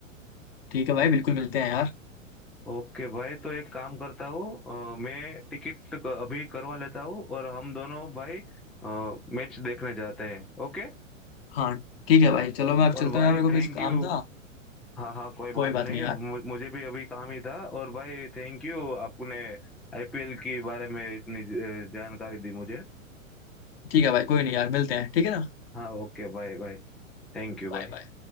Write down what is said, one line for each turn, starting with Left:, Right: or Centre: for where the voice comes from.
Left: ठीक है भाई बिल्कुल मिलते हैं यार
Centre: ओके भाई तो एक काम करता हूँ अ, मैं टिकट क- अभी करवा लेता हूँ और हम दोनों भाई मैच देखने जाते हैं ओके
Left: हाँ ठीक है भाई चलो मैं अब
Centre: और
Left: चलता
Centre: भाई
Left: हूँ यार मेरे को
Centre: थैंक
Left: कुछ काम
Centre: यू
Left: था
Centre: हाँ हाँ कोई बात
Left: कोई
Centre: नहीं
Left: बात नहीं यार
Centre: मु- मुझे भी अभी काम ही था और भाई थैंक यू आपने आईपीएल के बारे में इतनी अ, जानकारी दी मुझे
Left: ठीक है भाई कोई नहीं यार मिलते हैं ठीक है ना
Centre: हाँ ओके भाई भाई थैंक यू भाई
Left: Bye bye